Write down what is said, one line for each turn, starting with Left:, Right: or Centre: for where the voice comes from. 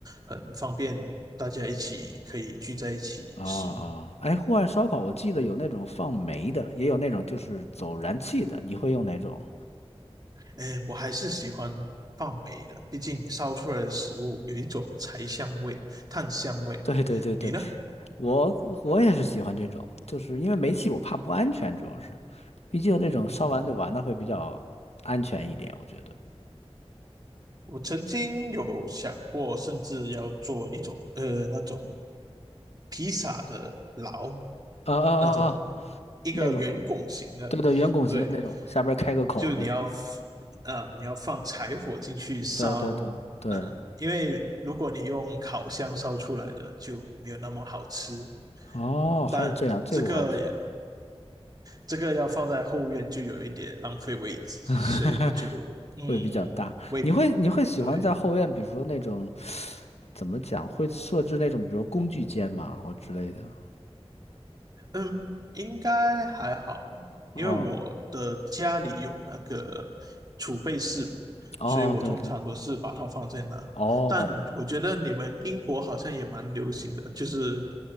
Right: 很方便，大家一起可以聚在一起使用。
Left: 啊啊！哎，户外烧烤我记得有那种放煤的，也有那种就是走燃气的，你会用哪种？
Right: 哎，我还是喜欢放煤的，毕竟烧出来的食物有一种柴香味、炭香味。
Left: 对对对对，
Right: 你呢？
Left: 我我也是喜欢这种，就是因为煤气我怕不安全，主要是，毕竟这种烧完就完了会比较安全一点，
Right: 嗯。
Left: 我觉得。
Right: 我曾经有想过，甚至要做一种呃那种披萨的牢，
Left: 啊啊啊啊，
Right: 那种一个圆拱形的，
Left: 那个，对对，圆拱形的那种，
Right: 对，
Left: 下边开个口那种。
Right: 就你要 f- 啊、你要放柴火进去烧，
Left: 对对对对，
Right: 那因为如果你用烤箱烧出来的就没有那么好吃，
Left: 哦，
Right: 但这个也
Left: 还有这样，这个我还真
Right: 这个要放在后院就有一点浪费位置，
Left: <laughs>
Right: 所以我就嗯，
Left: 会比较大。
Right: 为
Left: 你会你会喜欢在后院，
Right: 对。
Left: 比如说那种怎么讲，会设置那种，比如工具间嘛，或之类的。
Right: 嗯，应该还好，因为我的家里有那个
Left: 哦
Right: 储备室嘛，
Left: 哦，
Right: 所以我通常都是把它放在那。
Left: 对对，哦哦，
Right: 但我觉得你们英国好像也蛮流行的，就是